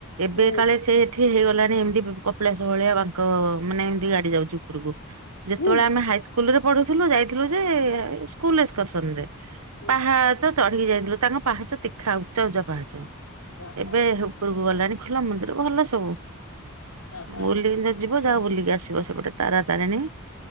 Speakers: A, on the right (about 80°); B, on the left (about 85°).
A: ଏବେ
B: ହୁଁ
A: କାଳେ ସେ ଏଠିକି ହେଇଗଲାଣି ଏମିତି କପିଳାସ ଭଳିଆ ବାଙ୍କ ମାନେ ଏମିତି ଗାଡି ଯାଉଛି ଉପରକୁ। ଯେତେବେଳେ
B: ହୁଁ
A: ଆମେ ହାଇ ସ୍କୁଲ ରେ ପଢୁଥିଲୁ ଯାଇଥିଲୁ ଯେ ସ୍କୁଲ ଏକ୍ସସନ ରେ।
B: ହୁଁ
A: ପାହାଚ ଚଢିକି ଯାଇଥିଲୁ ତାଙ୍କ ପାହାଚ ତୀଖା ଉଚା ଉଚା ପାହାଚ।
B: ଓହୋ
A: ଏବେ ଉପରକୁ ଗଲାଣି ଖୋଲା ମନ୍ଦିର ଭଲ ସବୁ
B: ଓହୋ
A: ଓଲେହିକି ତ ଯିବ ଯାଅ ବୁଲିକି ଆସିବ ସେପଟେ ତାରା ତାରିଣୀ